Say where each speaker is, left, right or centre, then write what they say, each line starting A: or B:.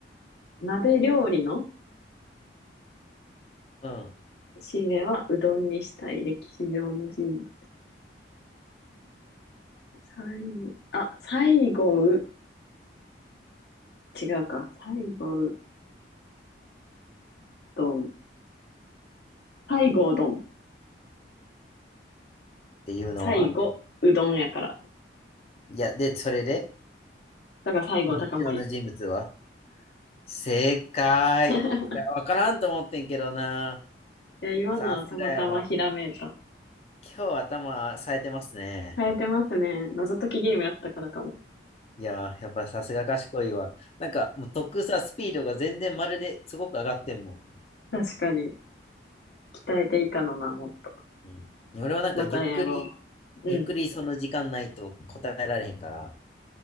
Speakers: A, on the left (about 60°); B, on the left (about 35°).
A: 鍋料理の
B: うんっ
A: 締めはうどんにしたい。歴史上の人物。最、あ、最後う、違うか。最後うどん。最後うどん。
B: ていうのは
A: 最後うどんやから。
B: いや、で、それで、
A: だから最後高森。
B: 歴史上の人物は正解。
A: <laughs>
B: いや、わからんと思ってんけどな。
A: いや、今のはたまたまひらめいた。
B: さすがやわ。今日頭冴えてますね。
A: 変えてますね。謎解きゲームやったからかも。
B: いや、やっぱさすが賢いわ。なんか、もう得さ、スピードが全然まるですごく上がってんもん。
A: 確かに。鍛えていかのな、もっと。
B: うん。俺はなんかゆっくり、
A: またやろう。
B: ゆっくりその時間ないと答えられへんから。
A: うん。い